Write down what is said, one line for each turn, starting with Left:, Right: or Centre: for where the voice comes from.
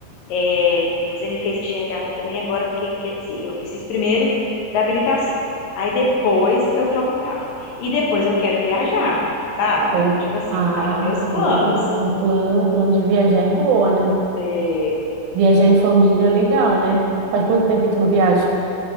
Left: É, você me fez enxergar aqui também agora, porque quer dizer, eu preciso primeiro da habilitação. Aí depois eu troco o carro. E depois eu quero viajar, sabe?
Right: Ou
Left: Tipo assim,
Right: ah,
Left: tá nos meus planos.
Right: boa, um plano, um plano de viajar é boa, né?
Left: É,
Right: Viajar em família é legal, né? Faz quanto tempo que tu não viaja?